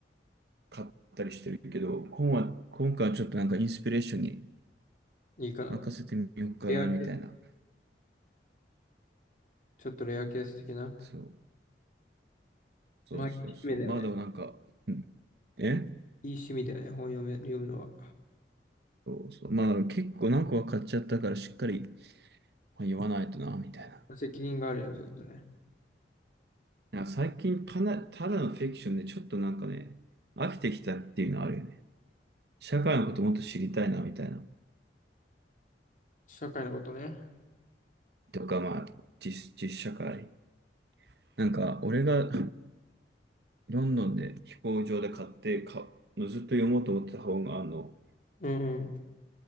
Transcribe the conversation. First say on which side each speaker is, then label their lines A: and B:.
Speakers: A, on the right; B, on the left.
A: 買ったりしてるけど、今は、今回はちょっとなんかインスピレーションに
B: いいかな。
A: 任せてみようかなみたいな。
B: レアケース、ちょっとレアケース的な。
A: そう、そうそうそう。
B: まあ、いい趣味だよね。
A: まあでもなんか、うん、え
B: いい趣味だよね、本読め、読むのは。
A: そうそう。まあでも結構何個は買っちゃったからしっかり言わないとなみたいな。
B: 責任があるよね、ちょっとね。
A: なんか最近たな、ただのフィクションでちょっとなんかね、飽きてきたっていうのあるよね。社会のこともっと知りたいなみたいな。
B: 社会のことね。
A: とか、まあ、実、実社会。なんか、俺がロンドンで飛行場で買ってか、ずっと読もうと思ってた本が、あの、
B: うん